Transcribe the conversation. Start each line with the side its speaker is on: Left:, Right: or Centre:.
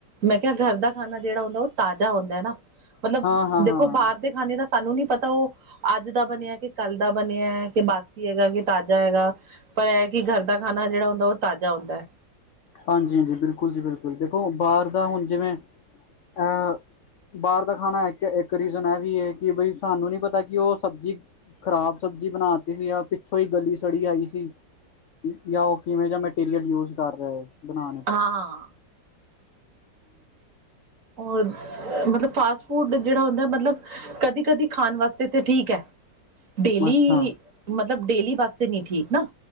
Right: ਮੈਂ ਕਿਹਾ ਘਰ ਦਾ ਖਾਣਾ ਜਿਹੜਾ ਹੁੰਦਾ ਉਹ ਤਾਜ਼ਾ ਹੁੰਦਾ ਹੈ ਨਾ। ਮਤਲਬ
Left: ਹਾਂ-ਹਾਂ-ਹਾਂ।
Right: ਦੇਖੋ ਬਾਹਰ ਦੇ ਖਾਨੇ ਦਾ ਸਾਨੂੰ ਨੀ ਪਤਾ ਉਹ ਅੱਜ ਦਾ ਬਣਿਆ। ਕਿ ਕੱਲ੍ਹ ਦਾ ਬਣਿਆ। ਕਿ ਬਸ ਕੀ ਹੈਗਾ ਕਿ ਤਾਜ਼ਾ ਹੈਗਾ। ਪਰ ਇਹ ਕਿ ਘਰ ਦਾ ਖਾਣਾ ਜਿਹੜਾ ਹੁੰਦਾ ਉਹ ਤਾਜ਼ਾ ਹੁੰਦਾ ਹੈ।
Left: ਹਾਂਜੀ -ਹਾਂਜੀ ਬਿਲਕੁਲ ਜੀ, ਬਿਲਕੁਲ ਦੇਖੋ ਬਾਹਰ ਦਾ ਹੁਣ ਜਿਵੇਂ ਹਾਂ, ਬਾਹਰ ਦਾ ਖਾਣਾ ਹੈ ਕੇ ਰੀਜ਼ਨ ਇਹ ਵੀ ਹੈ ਕਿ ਬਈ ਸਾਨੂੰ ਨੀ ਪਤਾ ਕਿ ਉਹ ਸਬਜ਼ੀ ਖ਼ਰਾਬ ਸਬਜ਼ੀ ਬਣਾ ਦਿੱਤੀ ਸੀ ਆ ਪਿੱਛੋਂ ਹੀ ਗਲੀ- ਸੜੀ ਆਈ ਸੀ। ਜਾਂ ਉਹ ਕਿਵੇਂ ਜ ਮਟੀਰੀਅਲ ਯੂਜ ਕਰ ਰਿਹਾ ਹੈ। ਹਾਂਜੀ।
Right: ਹਾਂ ਹੋਰ ਮਤਲਬ ਫਾਸ ਫੂਡ ਜਿਹੜਾ ਹੁੰਦਾ ਮਤਲਬ ਕਦੀ- ਕਦੀ ਖਾਣ ਵਾਸਤੇ ਥ ਠੀਕ ਹੈ। ਡੇਲੀ
Left: ਅੱਛਾ
Right: ਮਤਲਬ ਡੇਲੀ ਵਾਸਤੇ ਨੀ ਠੀਕ ਨਾ।